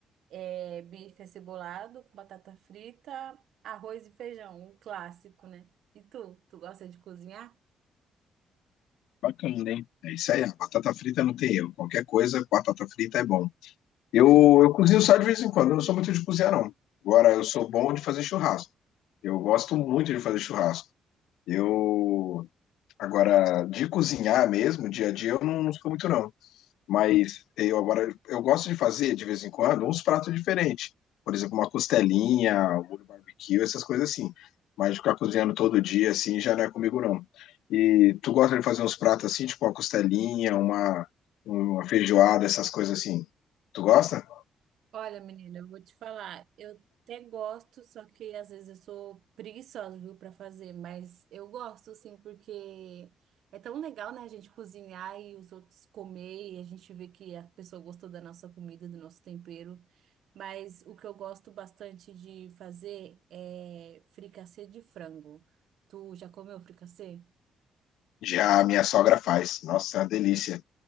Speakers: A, on the right; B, on the left.
A: é, bife acebolado com batata frita, arroz e feijão, o clássico, né? E tu, tu gosta de cozinhar?
B: Bacana, hein? É isso aí, a batata frita não tem erro. Qualquer coisa, batata frita é bom. Eu, eu cozinho só de vez em quando, eu não sou muito de cozinhar, não. Agora, eu sou bom de fazer churrasco. Eu gosto muito de fazer churrasco. Eu, agora, de cozinhar mesmo, dia a dia, eu não não sou muito, não. Mas eu agora eu gosto de fazer de vez em quando uns pratos diferentes. Por exemplo, uma costelinha, um molho barbecue, essas coisas assim. Mas ficar cozinhando todo dia assim já não é comigo não. E tu gosta de fazer uns pratos assim, tipo uma costelinha, uma, uma feijoada, essas coisas assim. Tu gosta?
A: Olha, menina, eu vou te falar, eu até gosto, só que às vezes eu sou preguiçosa, viu, para fazer, mas eu gosto, assim, porque é tão legal, né, a gente cozinhar e os outros comer e a gente vê que a pessoa gostou da nossa comida, do nosso tempero. Mas o que eu gosto bastante de fazer é fricassê de frango. Tu já comeu fricassê?
B: Já a minha sogra faz. Nossa, é uma delícia.